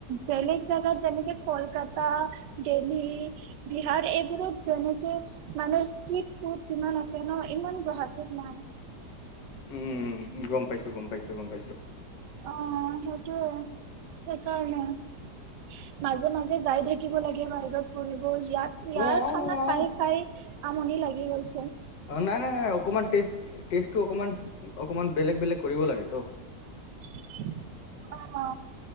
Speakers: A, on the right; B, on the left.
A: বেলেগ জোগাত যেনেকে কলকাতা দেল্হী বিহাৰ এইবোৰত যেনেকে মানে ষ্ট্ৰিট ফুড ইমান আছে ন ইমান গুৱাহাটী কি নাই
B: উম গম পাইছো গম পাইছো গম পাইছো
A: অ সেইটোয়ে সেইকাৰণে মাজে মাজে যাই থাকিব লাগে বাহিৰত চৰি ইয়াত ইয়াৰ
B: অ অ
A: খানা খাই খাই আমনি লাগি গ'লছে
B: অ নাই নাই নাই অকমান েষ্টটো অকমান অকমান বেলেগ বেলেগ কৰিব লাগে তো
A: উ অ অ